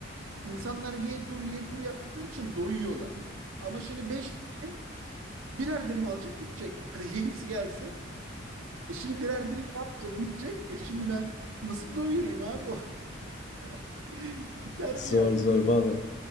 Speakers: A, on the right; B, on the left.
A: insanlar ye dur ye dur yaptıkları için doyuyorlar. Ama şimdi beş kişi Birer dilim alacak bitecek. Hadi yenisi gelsin. E şimdi birer dilim daha alacak bitecek. E şimdi ben nasıl doyurayım abi? <laughs> Gider mi
B: Zor
A: yani?
B: zor valla.